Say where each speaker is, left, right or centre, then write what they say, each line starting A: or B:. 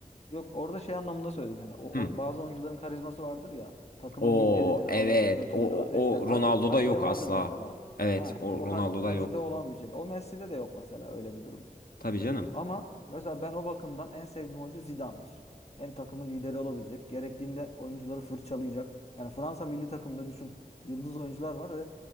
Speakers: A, on the left; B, on the left.
A: Yok orada şey anlamında söyledim hani o,
B: Hı.
A: o bazı oyuncuların karizması vardır ya takımın
B: O
A: lideridir alır
B: evet.
A: götürür
B: O,
A: ateşler
B: o, o
A: Hac,
B: Ronaldo'da
A: Hacı'da
B: yok
A: vardır
B: asla.
A: mesela
B: Evet,
A: ha
B: o
A: o
B: Ronaldo'da
A: ha, Hacı'da
B: yok.
A: olan bir şey o Messi'de de yok mesela öyle bir durum
B: Tabii canım.
A: Ama mesela ben o bakımdan en sevdiğim oyuncu Zidane'dır. Hem takımın lideri olabilecek, gerektiğinde oyuncuları fırçalayacak. Yani Fransa milli takımında düşün, yıldız oyuncular var ve